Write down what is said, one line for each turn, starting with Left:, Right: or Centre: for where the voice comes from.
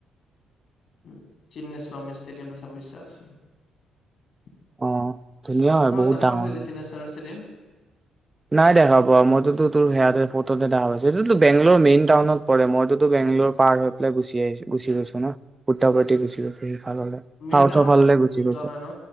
Left: উ, চিন্নাস্বামী ষ্টেডিয়ামটো চাব ইচ্ছা আছে। <unintelligible>
Right: অ ধুনীয়া হয় বহুত
Left: দেখা
Right: ডাঙৰ
Left: পাইছিল
Right: হয়
Left: চিন্নাস্বামী ষ্টেডিয়াম?
Right: নাই দেখা পোৱা, মইতোতো তোৰ সেয়াতে ফটোতে দেখা পাইছোঁ, এইটোতো বেংলোৰ মেইন টাউনত পৰে, মইতোতো বেংগলোৰ পাৰ হৈ পেলাই গুচি আহিছোঁ, গুচি গৈছোঁ না, উদ্ধাপৰ্টি <unintelligible> <unintelligible> চাউথৰ
Left: মেইন টাউনত
Right: ফালেলে গুচি গৈছোঁ,
Left: যোৱা নাই ন